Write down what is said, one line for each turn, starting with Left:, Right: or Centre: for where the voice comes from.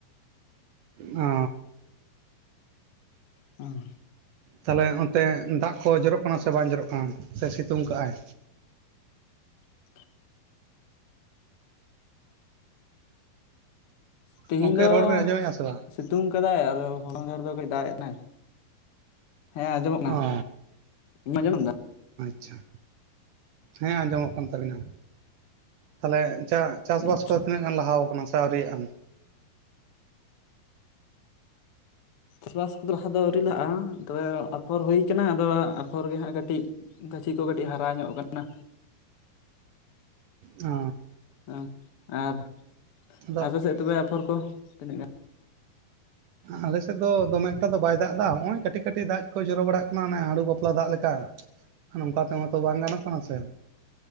Right: ᱚ
Left: ᱦᱩᱸ
Right: ᱛᱟᱦᱚᱞᱮ ᱚᱱᱛᱮ ᱫᱟᱜ ᱠᱚ ᱡᱚᱨᱚᱜ ᱠᱟᱱᱟ ᱥᱮ ᱵᱟᱝ ᱡᱚᱨᱚᱜ ᱠᱟᱱᱟ ᱥᱮ ᱥᱤᱛᱩᱝ ᱠᱟᱜ ᱟᱭ
Left: <unintelligible> ᱛᱮᱤᱦᱤᱧ
Right: ᱜᱚᱢᱠᱮ
Left: ᱫᱚ
Right: ᱨᱚᱲ ᱵᱮᱱ ᱟᱸᱡᱚᱢᱮᱫᱼᱟ ᱥᱮ ᱵᱟᱝ
Left: ᱥᱤᱛᱩᱝ ᱠᱟᱫᱟᱭ ᱟᱫᱚ ᱦ ᱫᱷᱟᱨ ᱫᱚ ᱠᱟᱹᱡ ᱫᱟᱜ ᱮᱫ ᱮ ᱦᱮᱸ ᱟᱸᱡᱚᱢᱚᱜ ᱢᱮ
Right: ᱚ
Left: ᱤᱧ ᱢᱟᱡᱚᱢᱚ ᱮᱫᱟ
Right: ᱟᱪᱪᱷᱟ ᱦᱮᱸ ᱟᱸᱡᱚᱢᱚᱜ ᱠᱟᱱ ᱛᱟᱵᱤᱱᱟ ᱛᱟᱦᱚᱞᱮ ᱪᱟᱥᱵᱟᱥ
Left: ᱟᱪᱪᱷᱟ
Right: ᱠᱚ ᱛᱤᱱᱟᱹᱜ ᱜᱟᱱ ᱞᱟᱦᱟ ᱠᱟᱱᱟ ᱥᱮ ᱣᱨᱤᱭᱟᱼᱟ
Left: ᱪᱟᱥᱵᱟᱥ ᱠᱚᱫᱚ ᱞᱟᱦᱟ ᱫᱚ ᱣᱨᱤᱞᱟᱜᱼᱟ ᱛᱚᱵᱮ ᱟᱯᱷᱚᱨ ᱦᱩᱭ ᱠᱟᱱᱟ ᱟᱫᱚ ᱟᱯᱷᱚᱨ ᱜᱮ ᱦᱟᱸᱜ ᱠᱟᱹᱴᱤᱡ ᱪᱟᱹᱪᱷᱤ ᱠᱚ ᱠᱟᱹᱴᱤᱡ ᱦᱟᱨᱟ ᱧᱚᱜ ᱟᱠᱟᱱᱟ
Right: ᱚ
Left: ᱦᱮᱸ ᱟᱨ
Right: ᱟᱫᱚ
Left: ᱟᱯᱮ ᱥᱮᱫ ᱛᱚᱵᱮ ᱟᱯᱷᱚᱨ ᱠᱚ ᱛᱤᱱᱟᱹᱜ ᱜᱟᱱ
Right: ᱟᱞ ᱥᱮᱫ ᱫᱚᱢᱮ ᱮᱠᱴᱟ ᱫᱚ ᱵᱟᱭ ᱫᱟᱜ ᱮᱫᱟ ᱱᱚᱜᱼᱚᱭ ᱠᱟᱹᱴᱤᱡ ᱠᱟᱹᱴᱤᱡ ᱫᱟᱜ ᱠᱚ ᱡᱚᱨᱚ ᱵᱟᱲᱟᱜ ᱠᱟᱱᱟ ᱚᱱᱮ ᱦᱟᱹᱲᱩ ᱵᱟᱯᱞᱟ ᱫᱟᱜ ᱞᱮᱠᱟ ᱱᱚᱝᱠᱟ ᱛᱮᱦᱛᱚ ᱵᱟᱝ ᱜᱟᱱᱚᱜ ᱠᱟᱱᱟ ᱥᱮ